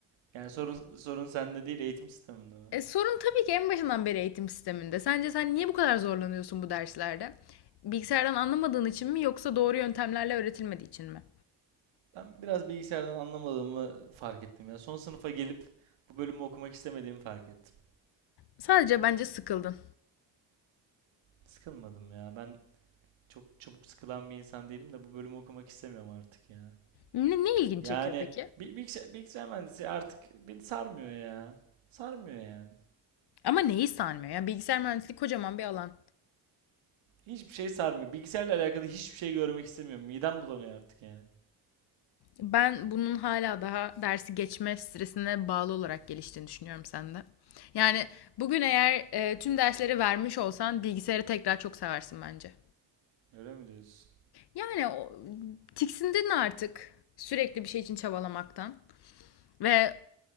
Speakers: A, on the right; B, on the left.
A: Yani sorun sorun sende değil eğitim sisteminde mi?
B: E, sorun tabii ki en başından beri eğitim sisteminde. Sence sen niye bu kadar zorlanıyorsun bu derslerde? Bilgisayardan anlamadığın için mi yoksa doğru yöntemlerle öğretilmediği için mi?
A: Ben biraz bilgisayardan anlamadığımı fark ettim ya. Son sınıfa gelip bu bölümü okumak istemediğimi fark ettim.
B: Sadece bence sıkıldın.
A: Sıkılmadım ya. Ben çok çabuk sıkılan bir insan değilim de bu bölümü okumak istemiyorum artık ya.
B: Ne, ne ilgini
A: Yani
B: çekiyor peki?
A: bi- bilgisayar, bilgisayar mühendisi artık beni sarmıyor ya. Sarmıyor yani.
B: Ama neyi sarmıyor ya? Bilgisayar mühendisliği kocaman bir alan.
A: Hiçbir şey sarmıyor. Bilgisayarla alakalı hiçbir şey görmek istemiyorum. Midem bulanıyor artık yani.
B: Ben bunun hala daha dersi geçme stresine bağlı olarak geliştiğini düşünüyorum sende. Yani bugün eğer e, tüm dersleri vermiş olsan bilgisayarı tekrar çok seversin bence.
A: Öyle mi diyorsun?
B: Yani o, tiksindin artık sürekli bir şey için çabalamaktan. Ve